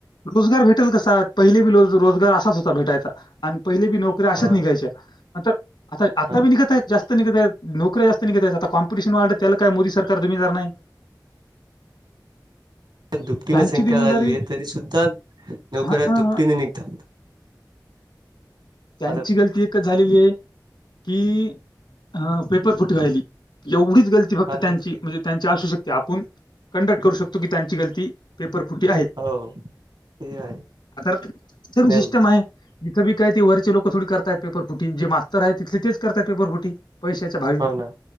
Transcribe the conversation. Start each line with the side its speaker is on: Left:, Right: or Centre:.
Left: रोजगार भेटेल कसा पहिले बी रोजगार असाच होता भेटायचा आणि पहिले बी नोकरी अशाच
Right: हा
Left: निघायच्या नंतर. आता आता
Right: हा
Left: बी निघत आहेत जास्त निघत आहेत नोकर्या जास्त निघत आहेत आता कॉमपिटिशन वाढत त्याला काय मोदी सरकार जिम्मेदार नाही.
Right: दुपटीने
Left: त्यांची
Right: संख्या
Left: जिम्मेदारी
Right: झाली तरी सुद्धा नोकऱ्या
Left: हां, हां,
Right: दुपटीने निघतात.
Left: त्यांची
Right: आता
Left: गलती आहे. झालेली आहे की पेपर फुटी वहिली एवढीच. गलती फक्त
Right: हा नीट
Left: त्यां
Right: की.
Left: म्हणजे त्यां असू शक आपण कंडक्ट करू शकतो की त्यांची गलती. पेपर फुटी आहेत.
Right: हो ते आहे
Left: आता सर
Right: नाही
Left: सिस्टम आहे, जिथे काही ते वरचे लोक थोडी करत पेपर फुटी जे मास्तर आहे तिथले तेच करतात पेपर फुटी. पैशाच्या भावी.
Right: हो ना